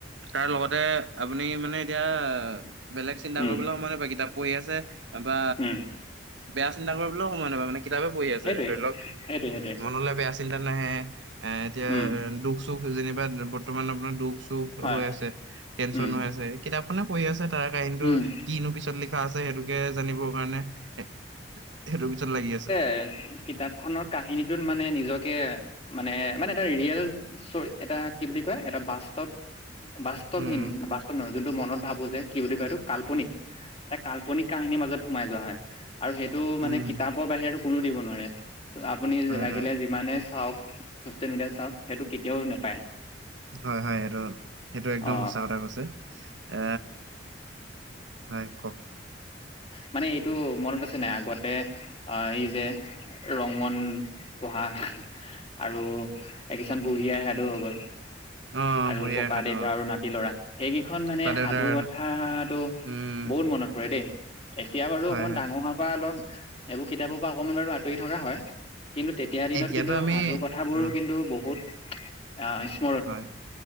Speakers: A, on the right; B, on the left.
A: তাৰ লগতে আপুনি মানে এতিয়া বেলেগ চিন্তা
B: উম
A: কৰিবলৈ সময় নাপাই কিতাপ পঢ়ি আছে বা
B: উম
A: বেয়া চিন্তা কৰিবলৈও সময় নাপায় মানে কিতাপে পঢ়ি আছে
B: সেইটোৱে
A: ধৰি লওক
B: সেইটোৱে সেইটোৱে
A: মনলৈ বেয়া চিন্তা নাহে এ এতিয়া
B: উম
A: দুখ চুখ যেনিবা বৰ্তমান আপোনাৰ দুখ দুখ
B: হয়
A: হৈ আছে তেনচন
B: উম
A: হৈ আছে কিতাপখনে পঢ়ি আছে তাৰ কাহিনীটো
B: উম
A: কিনো পিছত লি খা আছে সেইটোকে জানিবৰ কাৰণে এ সেইটো পিছত লাগি আছে।
B: <unintelligible> কিতাপ খনৰ কাহিনীটোত মানে নিজকে মানে মানে এটা ৰিয়েল চৰি এটা কি বুলি কয় এটা বাস্তৱ বাস্তৱহীন
A: উম
B: বাস্তৱ নহয় যোনটো মনত ভাবো যে কি বুলি কয় সেইটোক? কাল্পনিক এক কাল্পনিক কাহিনীৰ মাজত সোমাই যোৱা হয় আৰু সেইটো
A: উম
B: মানে কিতাপৰ বাহিৰে কোনো দিব নোৱাৰে আপুনি
A: হয়
B: লাগিলে
A: হয়
B: মানে চাওক চচিয়েল মিডিয়াত চাওক সেইটো কেতিয়াও নেপায়।
A: হয়, হয়। সেইটো সেইটো একদম
B: অ
A: সচা কথা কৈছে এ হয়, কওক।
B: মানে এইটো মনত আছে নাই আগতে আ এই যে ৰংমন পঢ়া আৰু এই কিছান বুঢ়ী আইৰ সাধু হৈ গ'ল।
A: অ
B: আৰু
A: বুঢ়ী
B: ককা
A: আইৰ সাধু
B: দেউতা
A: অ
B: আৰু নাতি লৰা সেইকেইখন মানে
A: ককা দেউতাৰ
B: সাধু কথাটো
A: উম
B: বহুত মনত পৰে দেই। এতিয়া বাৰু
A: হয়
B: অকমান
A: হয়
B: ডাঙৰ হোৱাৰ পৰা অলপ এইবোৰ কিতাপৰ পৰা অকমান বাৰু আঁতৰি থকা হয়। কিন্তু তেতিয়া দিনত
A: এতিয়াতো
B: কিন্তু
A: আমি
B: সাধু কথাবোৰো
A: অ
B: কিন্তু বহুত আহ <unintelligible>
A: হয়,